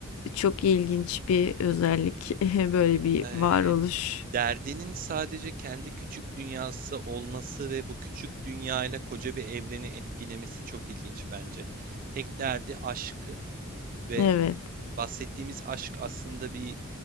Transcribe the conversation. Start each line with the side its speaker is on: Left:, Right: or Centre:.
Left: Çok ilginç bir özellik. <laughs> Böyle bir
Right: Ee,
Left: varoluş
Right: Derdinin sadece kendi küçük dünyası olması ve bu küçük dünyayla koca bir evreni etkilemesi çok ilginç bence. Tek derdi aşkı ve
Left: Evet,
Right: bahsettiğimiz aşk aslında bir